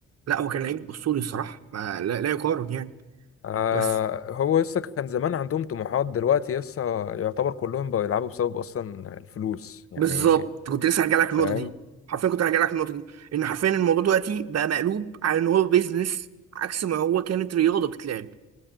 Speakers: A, on the right (about 55°); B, on the left (about 50°).
A: لا هو كان لعيب اسطوري الصراحه ما لا, لا يقارن يعني
B: آه
A: بس
B: هو يس كان زمان عندهم طموحات دلوقتي يس يعتبر كلهم بقوا يلعبوا بسبب اصلا الفلوس يعني
A: بالظبط كنت لسه هرجع لك
B: فاهم
A: النقطه دي حرفيا كنت هرجع لك النقطه دي ان حرفيا الموضوع دلوقتي بقى مقلوب على ان هو بيزنس عكس ما هو كانت رياضه بتتلعب